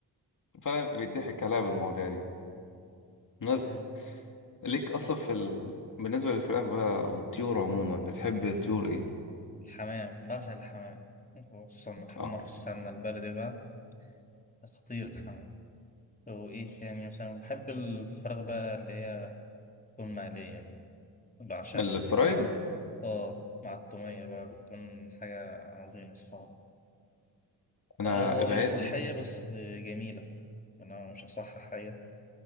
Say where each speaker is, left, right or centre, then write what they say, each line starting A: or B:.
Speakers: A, on the left; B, on the left.
A: فانا بيضحك عليا بالمواضيع دي ناس
B: <laughs> آه،
A: ليك اصلا في ال... بالنسبه للفراخ بقى والطيور عموما بتحب طيور ايه
B: الحمام بعشق الحمام خصوصا لما تحمر
A: اه
B: في السمنة البلدي بقى خطير الحمام وايه تاني مثلا بحب الفراخ بقى اللي هي تكون مقلية دي بعشقها
A: الفرايد
B: اه مع التومية بقى بتكون حاجة عظيمة الصراحة
A: انا
B: آه، هو
A: ابعدني
B: مش صحية بس جميلة يعني أنا مش هصحح حاجة